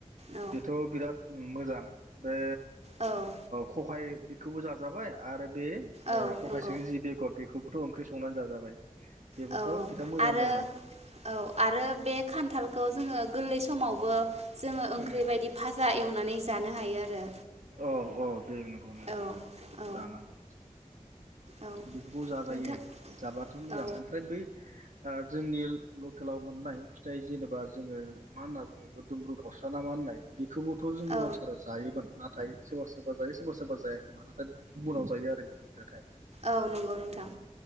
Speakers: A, on the right; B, on the right.
A: औ
B: बेथ' बिराद मोजां बे
A: औ
B: खखाय बे खौबो जाजाबाय आरो बे
A: औ
B: खखासेनि
A: नंगौ
B: जि बेगर बेखौबोथ' ओंख्रि संनानै जाजाबाय बेबोथ'
A: औ
B: बिराद मोजां
A: आरो
B: जाबाय
A: औ आरो बे खान्थालखौ जोङो गोरलै समावबो जोङो ओंख्रि
B: उम
A: बायदि फाजा एवनानै जानो हायो आरो
B: औ औ बे नंगौ नंगौ
A: औ औ
B: जानांगौ
A: औ
B: बेफोरखौ जाजायो
A: नोंथां
B: जाबाथ' मोजां
A: औ
B: ओमफ्राय बै जोंनि लकेलाव मोननाय फिथाइ जेनेबा जोङो मा होनना बुङो दुमब्रु खावस्रा ना मा होननाय बे खौबोथ' जोंनि
A: औ
B: मानसिफोरा जायोमोन नाथाय सोरबा सोरबा जायो सोरबा सोरबा जायाखै मानो दा गुबुनाव जायो आरो बेखौ बिरादहाय
A: औ नंगौ नोंथां